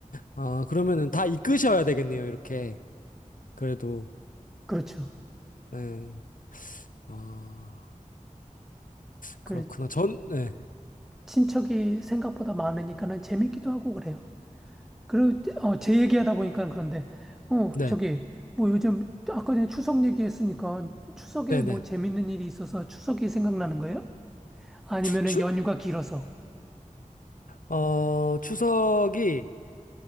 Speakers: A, on the left; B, in the centre.
A: 아, 그러면은 다 이끄셔야 되겠네요, 이렇게. 그래도,
B: 그렇죠.
A: 네. 아,
B: 그래
A: 그렇구나. 전, 네.
B: 친척이 생각보다 많으니까는 재밌기도 하고 그래요. 그리고, 어, 제 얘기하다 보니까 그런데, 어,
A: 네.
B: 저기, 뭐 요즘, 아까 전에 추석 얘기했으니까, 추석에
A: 네네.
B: 뭐 재밌는 일이 있어서 추석이 생각나는 거예요? 아니면은
A: 추,
B: 연휴가 길어서.
A: 어, 추석이